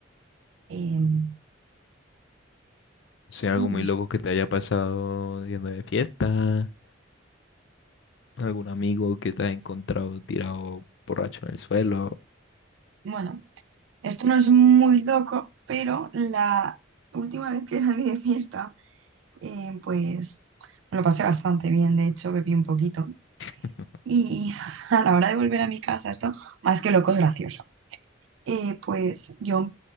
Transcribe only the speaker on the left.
O sea,
algo muy
loco que te haya pasado yendo de fiesta, algún amigo que te haya encontrado tirado borracho en el suelo.
<laughs>